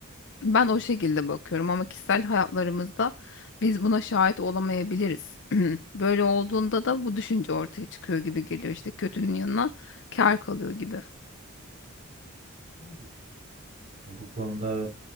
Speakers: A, on the left (about 60°); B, on the right (about 35°).
A: Ben o şekilde bakıyorum ama kişisel hayatlarımızda biz buna şahit olamayabiliriz. <clears throat> Böyle olduğunda da bu düşünce ortaya çıkıyor gibi geliyor işte kötünün yanına kar kalıyor gibi.
B: Yani ya bu konuda